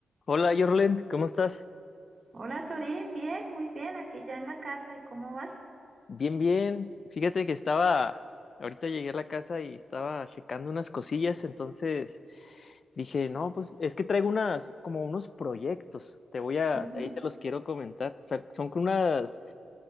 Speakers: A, on the left (about 50°); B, on the right (about 45°).
A: Hola, Jorlen, ¿cómo estás?
B: Hola Torín, bien, muy bien, aquí ya en la casa. ¿Y cómo vas?
A: Bien, bien. Fíjate que estaba, ahorita llegué a la casa y estaba checando unas cosillas, entonces dije, no, pues es que traigo unas, como unos proyectos, te voy a,
B: Ujú,
A: ahí te los quiero comentar. O sea, son con unas,